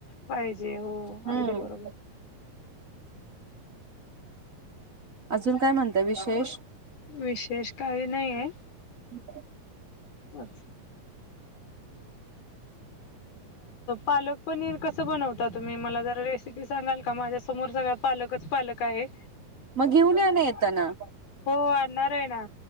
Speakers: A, on the left; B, on the right.
A: पाहिजे हो.
B: हम्म
A: अगदी बरोबर
B: अजून काय म्हणत विशेष
A: विशेष काही नाही आहे.
B: ठीक आहे
A: ब <inaudible> पालक पनीर कसं बनवता तुम्ही मला जरा रेसिपी सांगाल का माझ्या समोर सगळ.. पालकच पालक आहे.
B: मग घेऊन या ना येताना..
A: हो आणणार आहे ना.